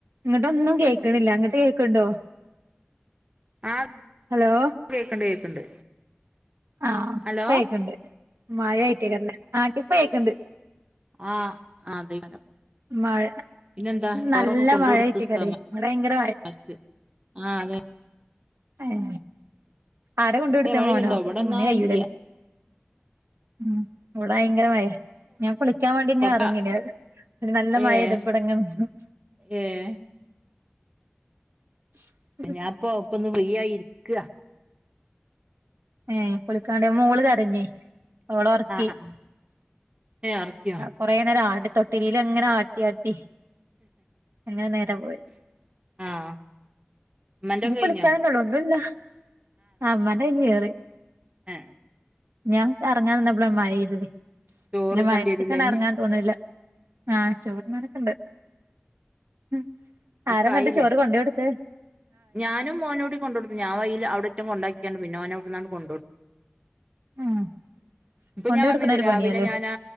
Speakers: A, on the right; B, on the right.
A: ഇങ്ങട്ടൊന്നും കേക്ക്ണില്ല
B: ണ്ടോ
A: അങ്ങട്ട് കേക്ക്ണ്ടോ
B: ആഹ്
A: ഹലോ
B: കേക്കണ്ട് കേക്കണ്ട്
A: ആഹ്
B: ഹലോ
A: ഇപ്പേക്ക്ണ്ട് മയായി റ്റാക്കാരല്ലേ ആഹ് ഇപ്പേക്ക്ണ്ട്
B: ആഹ് അതേക്കാരം
A: മഴ
B: പിന്നെന്താ ചോറൊക്കെ
A: നല്ല
B: കൊണ്ട്
A: മഴയായിട്ടേക്കാരെ
B: കൊടുത് ഉസ്താമാര്ക്ക്
A: ഇവിടെ ഭയങ്കര
B: ആ അതെ
A: എഹേ ആരെ കൊണ്ടുകൊടുത്തേ
B: ഏഹ് മഴയുണ്ടോ
A: മോനോ?
B: ഇവിടെന്നാ
A: മോന് കയ്യൂലല്ലേ?
B: ഇല്ല
A: ഉം ഇവടെ ഭയങ്കര മയെ ഞാൻ കുളിക്കാൻവേണ്ടി ഇങ്ങനെ
B: കൊറച്ചാ
A: എറങ്ങിനു ഒരു നല്ല മഴ
B: ഏഹ്
A: പെയ്പ്പെള്ള പ്രശ്നം
B: ഏഹ്
A: <inaudible>
B: ഞാപ്പൊ പ്പൊന്ന് ഫ്രീ ആയി ഇരിക്ക
A: ഏഹേ കുളിക്കാണ്ട് മോള് കരഞ്ഞി ഓളൊറക്കി.
B: ആഹ് ആഹ് ഏഹ് അറിഞ്ഞാ
A: കൊറേനേരം ആടി തൊട്ടിലിലങ്ങനെ ആട്ടി ആട്ടി അങ്ങനെ നേരം പോയി
B: ആഹ് ഉമ്മന്റൊക്കെ
A: ഞ്ഞി
B: കഴിഞ്ഞോ
A: കുളിക്കാനന്നെഉള്ളൂ ഒന്നുല്ല ആഹ് ഇമ്മാന്റെ കഴിഞ്ഞ് കേറി
B: ഏഹ്
A: ഞാങ്ങട്ട് അറങ്ങാ നിന്നപ്പളാ മഴെയ്തത്
B: ചോറ്
A: പിന്നെ മയത്ത്ക്കണറങ്ങാൻ
B: തണ്ടിരൂലേ ഇഞ്ഞ്
A: തോന്ന്ണില്ല ആഹ് ചോറ്ന്നാനൊക്കണ്ട് മ്ഹ്
B: ഒക്കെ
A: ആരന്നട്ട്
B: ആയില്ലേ
A: ചോറ് കൊണ്ടെയൊട്ത്തത്
B: ഞാനും മോനുടി കൊണ്ടോടുക്കും ഞാൻ വയിൽ അവിടെറ്റം കൊണ്ടാക്കിയാണ് പിന്നൊന് അവ്ട്ന്നണ്ട് കൊണ്ടൊ
A: ഉം
B: ഇപ്പൊ
A: കൊണ്ടോയൊടുക്കണ
B: ഞാൻ പറഞ്ഞില്ലേ
A: ഒരു
B: രാവിലെ
A: പണിയാല്ലേ
B: ഞാനാ